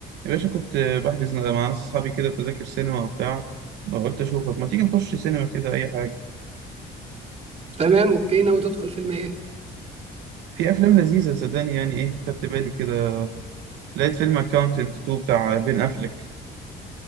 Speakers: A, on the right; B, on the right.
A: يا باشا كنت بحجز مع ناس أصحابي كده تذاكر سينما وبتاع قلت أشوفك ما تيجي نخش سينما كده أي حاجة
B: تمام اوكي ناوي تدخل فيلم ايه
A: في أفلام لذيذة صدقني يعني إيه خدت بالي كده لقيت فيلم أكاونتنت 2 بتاع بين أفليك